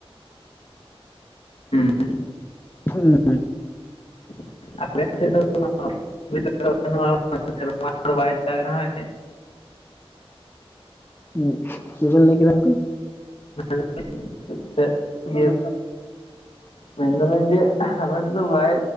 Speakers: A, on the left; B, on the left.
A: ᱩᱸ᱾
B: ᱦᱩᱸ᱾
A: <unintelligible>
B: ᱦᱩᱸ ᱪᱮᱜ ᱵᱮᱱ ᱞᱟᱹᱭ ᱠᱮᱫᱟ ᱜᱚᱝᱠᱮ?
A: <unintelligible> ᱢᱮᱱ ᱫᱟᱞᱤᱧ ᱡᱮ ᱟᱞᱮ ᱥᱮᱫ ᱫᱚ ᱵᱟᱭ